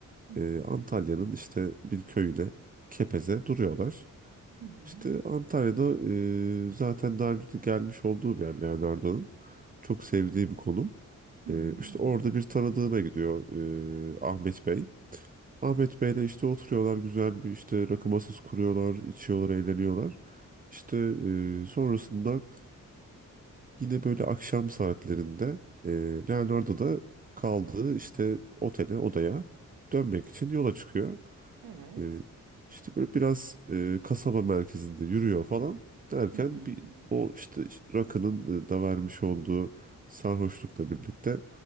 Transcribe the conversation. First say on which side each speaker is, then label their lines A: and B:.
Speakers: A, on the right; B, on the right.
A: hı hı,
B: Ee, Antalya'nın işte bir köyüne, Kepez'e duruyorlar.
A: hı hı,
B: İşte Antalya'da e, zaten daha önce de gelmiş olduğu bir yer Leonardo'nun. Çok sevdiği bir konum.
A: hı
B: Ee,
A: hı, hı
B: işte
A: hı.
B: orada bir tanıdığına gidiyor e, Ahmet Bey. Ahmet Bey'le işte oturuyorlar güzel bir işte rakı masası kuruyorlar, içiyorlar, eğleniyorlar. İşte e, sonrasında Yine böyle akşam saatlerinde e, Leonardo da kaldığı işte otele, odaya dönmek için yola çıkıyor.
A: Evet.
B: E, işte böyle biraz e, kasaba merkezinde yürüyor falan derken
A: Hı hı,
B: bir
A: hı hı.
B: o işte rakının e, da vermiş olduğu sarhoşlukla birlikte